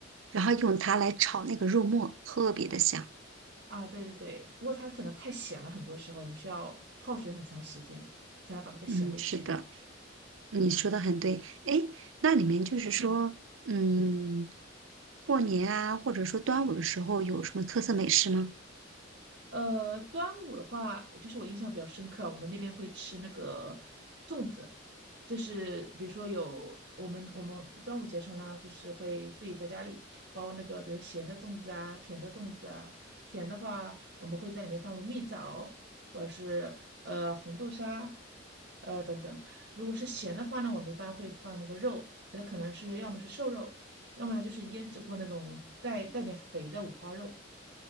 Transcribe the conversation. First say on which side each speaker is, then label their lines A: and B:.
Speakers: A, on the right; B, on the right.
A: 然后用它来炒那个肉末，特别的香。
B: 啊，对对对，不过它可能太咸了，很多时候你需要泡水很长时间才能把那个咸味去掉。
A: 嗯，是的，你说的很对。哎，那你们就是说，嗯，过年啊，或者说端午的时候有什么特色美食吗？
B: 呃，端午的话，我就是我印象比较深刻，我们那边会吃那个粽子，就是比如说有我们我们端午节上呢，就是会自己在家里包那个，比如咸的粽子啊，甜的粽子啊。甜的话，我们会在里面放入蜜枣，或者是呃红豆沙，呃等等。如果是咸的话呢，我们一般会放那个肉，那可能是要么是瘦肉，要么呢就是腌制过那种带带点肥的五花肉。